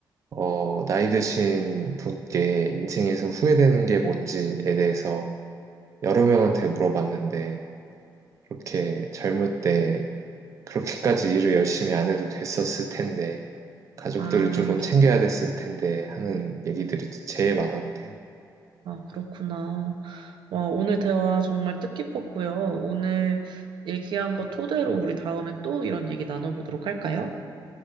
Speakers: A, on the right; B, on the right.
A: 어, 나이 드신 분께 인생에서 후회되는 게 뭔지에 대해서 여러 명한테 물어봤는데 그렇게 젊을 때 그렇게까지 일을 열심히 안 해도 됐었을 텐데, 가족들을
B: 아,
A: 조금 챙겨야 됐을 텐데 하는 얘기들이 제일 많았대요.
B: 아, 그렇구나. 와, 오늘 대화 정말 뜻깊었고요. 오늘 얘기한 거 토대로 우리 다음에 또 이런 얘기 나눠보도록 할까요?